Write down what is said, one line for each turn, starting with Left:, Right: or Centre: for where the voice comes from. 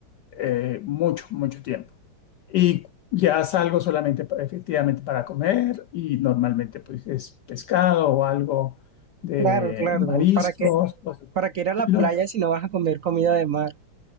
Left: eh, mucho, mucho tiempo. Y ya salgo solamente pa- efectivamente para comer y normalmente pues es pescado o algo de
Right: Claro, claro,
Left: mariscos,
Right: ¿para qué,
Left: cosas por
Right: para
Left: el
Right: qué ir a la
Left: estilo.
Right: playa si no vas a comer comida de mar?